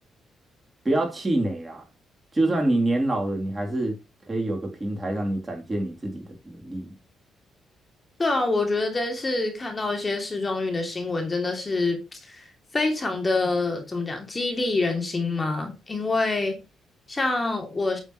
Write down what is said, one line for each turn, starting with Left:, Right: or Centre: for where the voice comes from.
Right: 不要气馁啦，就算你年老了，你还是可以有个平台让你展现你自己的能力。
Left: 对啊，我觉得这次看到一些时装运的新闻，真的是非常的，怎么讲，激励人心嘛。因为像我